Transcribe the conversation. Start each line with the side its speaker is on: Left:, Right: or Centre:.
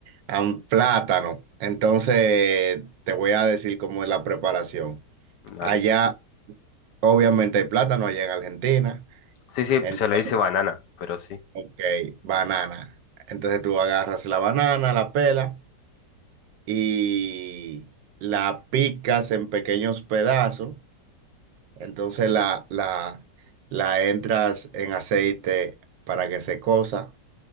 Right: A un plátano. Entonces, te voy a decir cómo es la preparación.
Left: Dale.
Right: Allá, obviamente, hay plátano allá en Argentina.
Left: Sí, sí,
Right: Entonces,
Left: se le dice banana, pero sí.
Right: ok, banana. Entonces, tú agarras la banana, la pela y la picas en pequeños pedazos. Entonces, la, la, la entras en aceite para que se cosa.